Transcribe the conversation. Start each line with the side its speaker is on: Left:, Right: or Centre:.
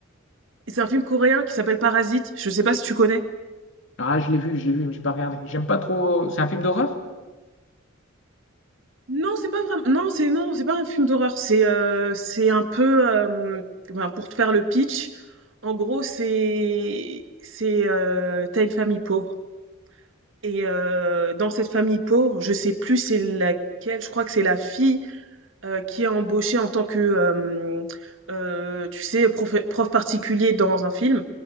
Right: Et c'est un film coréen qui s'appelle Parasite. Je sais pas si tu connais?
Left: Ah, je l'ai vu, je l'ai vu, mais j'ai pas regardé. J'aime pas trop. C'est un film d'horreur?
Right: Non, c'est pas vraiment non, c'est non, c'est pas un film d'horreur. C'est, heu, c'est un peu, hem, ben, pour te faire le pitch, en gros, c'est c'est, heu, tu une famille pauvre et heu, dans cette famille pauvre, je sais plus c'est laquelle, je crois que c'est la fille, heu, qui est embauchée en tant que, hem, heu, tu sais, prof prof particulier dans un film